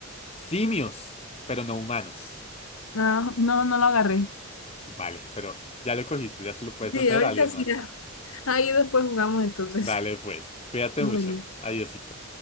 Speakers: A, on the left; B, on the left.
A: Simios, pero no humanos.
B: Ah, no, no lo agarré.
A: Vale, pero ya lo cogiste, ya se lo puedes
B: Sí,
A: hacer
B: ahorita
A: a alguien
B: sí.
A: más.
B: Ahí después jugamos entonces.
A: Dale,
B: <laughs>
A: pues, cuídate
B: Bueno.
A: mucho. Adiosito.